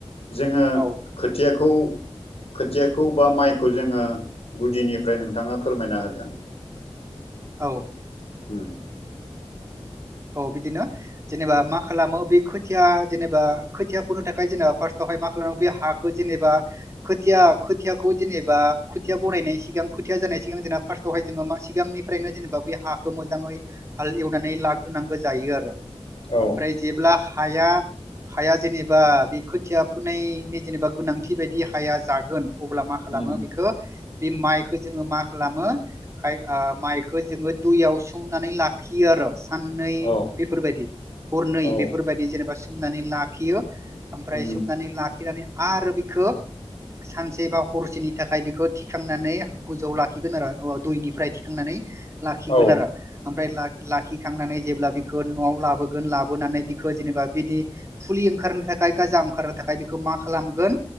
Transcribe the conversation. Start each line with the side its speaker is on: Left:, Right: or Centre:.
Left: जोङो
Right: औ
Left: खोथियाखौ खोथियाखौ बा माइखौ जोङो गुदिनिफ्राय नोंथाङा फोरमायना होदों
Right: औ
Left: उम
Right: औ बिदिनो जेनेबा मा खालामो बे खोथिया जेनेबा खोथिया फुनो थाखाय जेनेबा फार्स्टआव मा खालाम बे हाखौ जेबा खोथियाखौ जेनेबा खोथिया बानायनायनि सिगां जानाय सिगां जेनेबा फासथावहाय जोङो सिगांनिफ्रायनो जेनेबा बे हाखौ मोजाङै हाल एवनानै ला होनांगौ जायो आरो
Left: औ
Right: ओमफ्राय जेब्ला हाया हाया जेनेबा बे खोथिया फुनायनि जेनेबा गोनांथि बायदि हाया जागोन अब्ला मा खालामो
Left: उम
Right: बेखौ बे माइखौ जोंङों मा खालामोाय माइखौ जोंङो दैयाव सोमनानै लाखियो आरो साननै
Left: औ
Right: बेफोरबायदि हरनै
Left: औ
Right: बेफोरबायदि जेनेबा सोमनानै लाखियो ओमफ्राय
Left: उम
Right: सोमनानै लाखिनानै आरो बेखौ सानसे बा हरसेनि थाखाय बेखौ थिखांनानै गोजौआव लाखिगोन आरो दैनिफ्राय थिखांनानै लाखिगोन
Left: औ
Right: आरो ओमफ्राय ला थांनानै जेब्ला बिखौ न'आव लाबोोन लाोनानै बिखौ जेनेबा बिदि फुलि ओंखारनो गा खालामनो थाखाय बेखौ मा खालामगोन